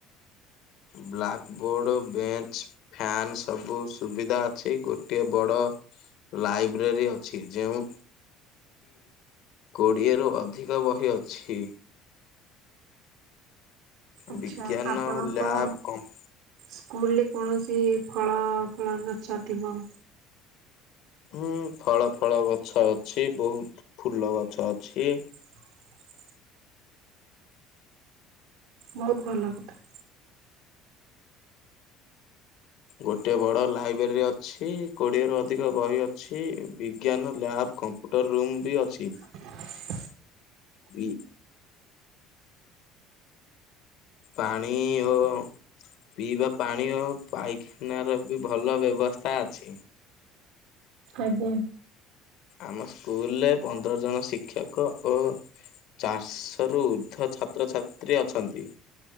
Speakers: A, on the left; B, on the right.
A: ବ୍ଲାକ୍ ବୋର୍ଡ ବେଞ୍ଚ ଫ୍ୟାନ୍ ସବୁ ସୁବିଧା ଅଛି ଗୋଟଏ ବଡ ଲାଇବ୍ରେରୀ ଅଛି ଯେଉ କୋଡ଼ିଏରୁ ଅଧିକ ବହି ଅଛି।
B: ଆଛା
A: ବିଜ୍ଞାନ
B: ଆପଣଙ୍କ
A: ଲ୍ୟାବ୍ କମ୍ପ
B: ସ୍କୁଲ ରେ କୌଣସି ଫଳ ଫଳ ଗଛ ଥିବ।
A: ହୁଁ ଫଳ ଫଳ ଗଛ ଅଛି ବହୁତ ଫୁଲ ଗଛ ଅଛି।
B: <inaudible> ବହୁତ ଭଲ ଲାଗୁଥା
A: ଗୋଟେ ବଡ ଲାଇବ୍ରେରୀ ଅଛି। କୋଡିଏରୁ ଅଧିକ ବହି ଅଛି। ବିଜ୍ଞାନ ଲ୍ୟାବ କମ୍ପ୍ୟୁଟର ରୁମ୍ ବି ଅଛି।
B: ହଁ
A: ହି- ପାଣି ଓ ପିଇବା ପାଣି ଓ ପାଇଖାନାର, ବି ଭଲ ବ୍ୟବସ୍ଥା ଅଛି।
B: ଆଜ୍ଞା।
A: ଆମ ସ୍କୁଲ ରେ ପନ୍ଦର ଜଣ ଶିକ୍ଷକ ଓ ଚାରିଶ ରୁ ଉର୍ଦ୍ଧ୍ୱ ଛାତ୍ରଛାତ୍ରୀ ଅଛନ୍ତି।